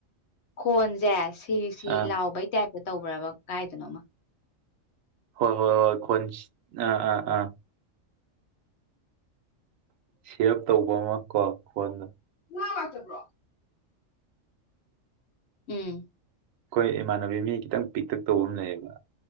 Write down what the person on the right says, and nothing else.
ꯑꯥ
ꯍꯣꯏ ꯍꯣꯏ ꯍꯣꯏ ꯈꫭꯟ ꯁꯤ ꯑꯥ ꯑꯥ ꯑꯥ ꯁꯦꯚ ꯇꯧꯕ ꯑꯃ ꯀꯣ ꯈꯣꯟ
ꯑꯩꯈꯣꯏ ꯏꯃꯥꯟꯅꯕꯤ ꯃꯤ ꯈꯤꯇꯪ ꯄꯤꯛꯇꯛ ꯇꯧꯕ ꯑꯃ ꯂꯩꯌꯦꯕ